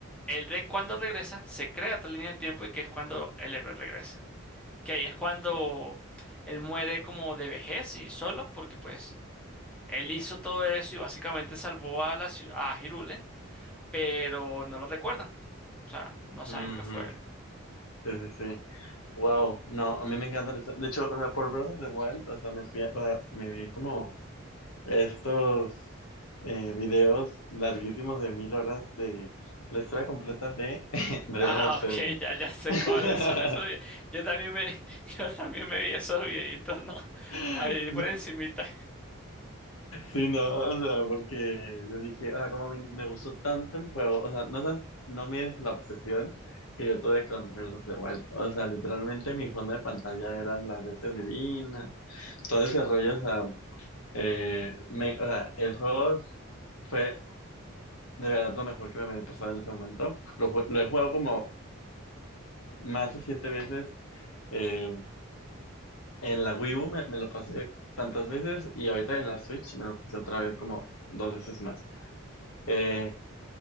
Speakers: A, in the centre; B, on the left (about 80°).
A: el de cuando regresa, se crea otra línea del tiempo y que es cuando el héroe regresa. Que ahí es cuando él muere como de vejez y solo, porque pues él hizo todo eso y básicamente salvó a la ciu- a Hirule, pero no lo recuerdan. O sea, no saben
B: ujú.
A: que fue él. <laughs>
B: Sí, sí, sí. Wow, no, a mí me encanta. el- De hecho, o sea, por Breath of the Wild, o sea, me fui, a- o sea, me vi como estos eh, videos larguísimos de mil horas de la historia completa de <laughs> de
A: Ah,
B: Legend of
A: ok,
B: Zelda.
A: ya, ya sé
B: <laughs>
A: cuáles son esos videos. Yo también me, <laughs> yo también me vi esos videitos, ¿no?
B: Sí,
A: Ahí por encimita.
B: sí, no, o sea, porque yo dije, ah, como me, me gustó tanto el juego, o sea, no sabes, no mides la obsesión que yo tuve con Breath of the Wild, o sea, literalmente mi fondo de pantalla eran las bestias divinas, todo ese rollo, o sea, eh, me, o sea, el juego fue de verdad lo mejor que me había pasado en ese momento. Lo, jue- lo he jugado como más de siete veces. eh, en la Wii U me, me lo pasé tantas veces y ahorita en la Switch me lo pasé otra vez como dos veces más. Eh,